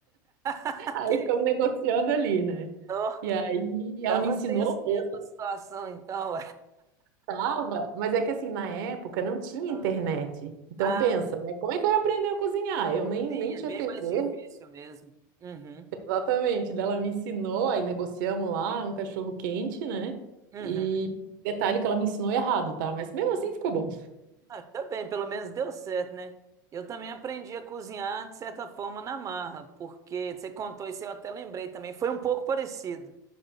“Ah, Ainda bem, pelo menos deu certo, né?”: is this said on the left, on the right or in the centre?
Right